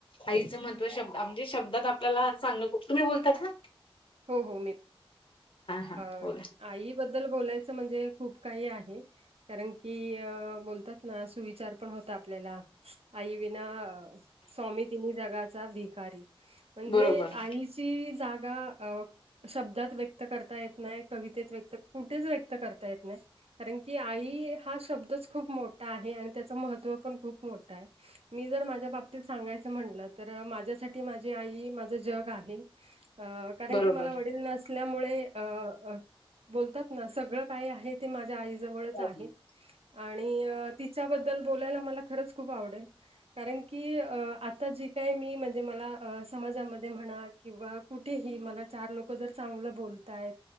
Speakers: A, on the left; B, on the right.
A: आईचं महत्व शब्द म्हणजे, शब्दात आपल्याला चांगलं तुम्ही बोलतात ना?
B: हो हो मी
A: हां
B: अ
A: बोला.
B: आईबद्दल बोलायचं म्हणजे खूप काही आहे. कारण की बोलतात ना, सुविचार पण होता आपल्याला. आई विना स्वामी तिन्ही जगाचा भिकारी. म्हणजे
A: बरोबर.
B: आईची जागा अ शब्दात व्यक्त कर य कवितेत व्यक्त कुठेच व्यक्त करता येत नाही कारण की आई. हा शब्दच खूप मोठा आहे आणि त्याच महत्त्व पण खूप मोठं आहे. मी जर माझ्या बाबतीत सांगायचं म्हणलं, तर माझ्यासाठी माझी आई माझं जग आहे. अ कारण
A: बरोबर.
B: की मला वडील नसल्यामुळे. अ अ बोलतात ना सगळं काही आहेत. ते माझ्या आई जवळच
A: बरोबर.
B: आहे आणि अ तिच्याबद दल बोलायला मला खरंच खूप आवडेल. कारण की अ आता जे काय मी म्हणजे मला समाजामध्ये म्हणा. किंवा कुठेही मला चार लोक जर चांगलं बोलतायेत.